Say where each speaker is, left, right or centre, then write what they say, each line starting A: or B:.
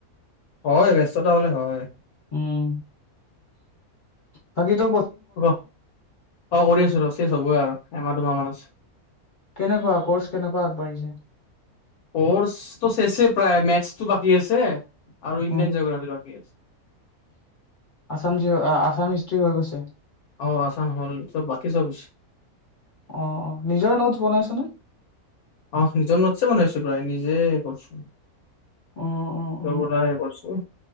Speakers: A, on the left (about 85°); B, on the left (about 35°).
A: হয়, ব্যস্ততা হ'লে হয়।
B: উম, বাকীটো
A: হ'ব, অ', কৰি আছো ৰ' চোন হ'বই আৰু আমাৰ দুই মাহ‌ মান আছে।
B: কেনেকুৱা ক'ৰ্চ কেনেকুৱা আগবাঢ়িছে?
A: কৰ্চটো শেছে প্ৰায় মেথছটো বাকী আছে। আৰু ইণ্ডিয়ান
B: উম
A: জোগ্ৰাফি বাকী আছে।
B: আছাম জি আছাম <inaudible>
A: অ', আছাম হ'ল চব বাকী চব
B: অ', নিজৰ নোটছ বনাইছনে?
A: অ', নিজৰ নোটছে বনাইচো প্ৰায় নিজে কৰছো। তই
B: অ অ অ অ
A: বনা নাই। উ